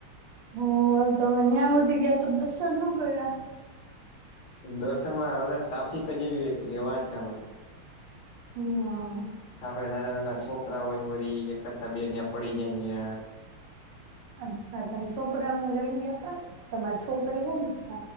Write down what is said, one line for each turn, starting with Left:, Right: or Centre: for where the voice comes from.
Right: હો તમે ન્યા હુધી ગયા તો દર્શન નો કર્યા.
Left: દર્શન માં ટ્રાફિક જ એવી હતી કે વાત <unintelligible>
Right: હમ
Left: આપડે નાના નાના છોકરાઓયને વી એક કરતા બે્યાં પડી જાય ત્યાં
Right: અચ્છા ત છોકરાઓ લઈને ગયા હતા ત છોકરી હોયને હ